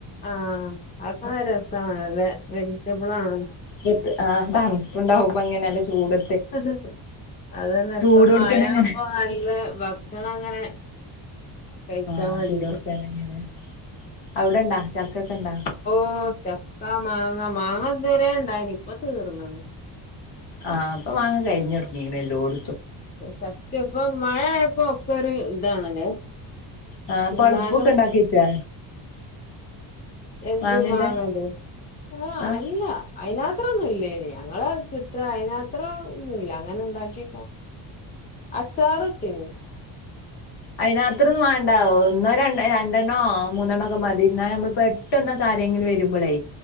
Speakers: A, on the left; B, on the left.
A: ആഹ്‌ അതൊക്കെ രസാണല്ലേ വെജിറ്റബിൾ ആണല്ല
B: ഇപ്പ ആ തണുപ്പുണ്ടാവുമ്പ ഇങ്ങനെ നല്ല ചൂട്
A: അ അത് തന്നെ
B: ചൂടോട്ക്കനെങ്ങനെ
A: ഇപ്പ മഴ ആവുമ്പോ നല്ല ഭക്ഷണം ങ്ങനെ കഴിച്ചാമതി
B: ആഹ് ചൂടോട്ക്കനെങ്ങനെ അവിടെണ്ടാ ചക്കൊക്കെണ്ടാ
A: ഓ ചക്ക മാങ്ങ മാങ്ങ ഇതുവരെ ഇണ്ടായിനി ഇപ്പ തീർന്നാണ്
B: ആഹ് ഇപ്പ മാങ്ങാ കഴിഞ്ഞ തുടങ്ങീകുണു എല്ലോട്ത്
A: ചക്കയ ഇപ്പ മഴ ആയപ്പോ ഒക്കെ ഒരു ഇതാണല്ലേ
B: ആ
A: തിന്നാനോ
B: പൾപ്പൊക്കെണ്ടാക്കി വെച്ചാ
A: എന്ത്
B: മാങ്ങന്റെ
A: മാങ്ങൻറ്റെ ആഹ
B: ആഹ്
A: അല്ല അയിനാത്രൊന്നും ഇല്ലേയ്നി ഞങ്ങള് കത്ര അയിനാത്ര ഒന്നും ഇല്ല അങ്ങനെ ഇണ്ടാക്കി അച്ചാറിട്ടീന്നു
B: അയിനാത്രത്രൊന്ന് വാണ്ട ഒന്നോ ര രണ്ടെണ്ണോ മൂന്നെണ്ണോ ഒക്കെ മതി എന്നാൽ നമ്മളിപ്പോ ട്ടെന്നൊക്കെ ആരെകിലും വരുമ്പോളേ